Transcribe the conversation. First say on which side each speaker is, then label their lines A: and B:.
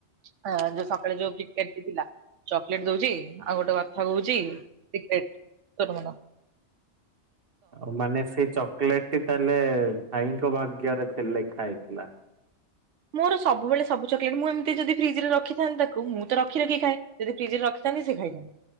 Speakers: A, on the right (about 85°); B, on the right (about 55°).
A: ହ ଯୋଉ ସକାଳେ ଯୋଉ କିଟ୍ କଟ୍ ଟି ଥିଲା ଚକଲେଟ୍ ଦଉଚି, ଆଉ ଗୋଟେ କଥା କହୁଚି, ଟିକେ ଟିକେ ରହୁନ <inaudible>
B: ଆଉ ମାନେ ସେଇ ଚକୋଲେଟ ଟି ତାହେଲେ, ଭାଇଙ୍କ ଭାଗ୍ୟ ରେ ଥିଲ୍ ଲେଖା ହେଇଥିଲା।
A: ମୋର ସବୁବେଳେ ସବୁ ଚକୋଲେଟ୍, ମୁଁ ଏମତି ଯଦି ଫିଜରେ ରଖିଥାନ୍ତି ତାକୁ, ମୁଁ ତ ରଖି ରଖି ଖାଏ। ଯଦି ଫ୍ରଜ୍ ରେ ରଖିଥାନ୍ତି, ସେ ଖାଇଥାନ୍ତା।